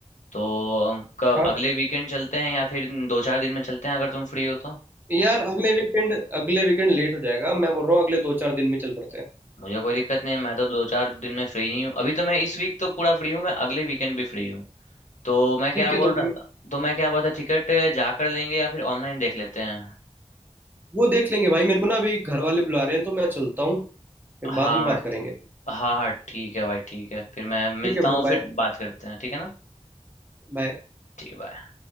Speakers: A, on the left; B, on the right.
A: तो हम कब
B: हाँ
A: अगले वीकेंड चलते हैं या फिर दो चार दिन में चलते हैं अगर तुम फ्री हो तो
B: यार अगले वीकेंड अगले वीकेंड लेट हो जाएगा मैं बोल रहा हूँ अगले दो चार दिन में चल पड़ते हैं
A: मुझे कोई दिक्कत नहीं है मैं तो दो चार दिन में फ्री ही हूँ अभी तो मैं इस वीक तो पूरा फ्री हूँ मैं अगले वीकेंड भी फ्री हूँ तो मैं
B: ठीक
A: क्या बोल
B: है तो
A: रहा था तो मैं क्या बोल रहा था टिकट जाकर लेंगे या फिर ऑनलाइन देख लेते हैं
B: वो देख लेंगे भाई मेरे को ना अभी घर वाले बुला रहे हैं तो मैं चलता हूँ फिर
A: हाँ
B: बाद में बात
A: हाँ
B: करेंगे
A: हाँ हाँ ठीक है भाई ठीक है फिर मैं मिलता
B: ठीक है ब्रो
A: हूँ फिर
B: बाय
A: बात करते हैं ठीक है ना
B: बाय
A: ठीक है bye।